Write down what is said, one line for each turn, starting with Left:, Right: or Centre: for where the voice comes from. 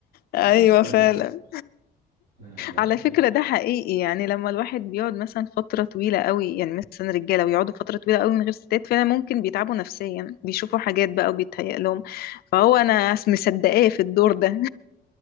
Left: ايوه
Right: <laughs>
Left: فعلا
Right: لا لا
Left: على فكرة ده حقيقي يعني لما الواحد بيقعد مثلا فترة طويلة قوي يعني مثلا رجالة ويقعدوا فترة طويلة قوي من غير ستات فعلا ممكن بيتعبوا نفسيا بيشوفوا حاجات بقى وبيتهيأ لهم فهو انا مصدقاه في الدور ده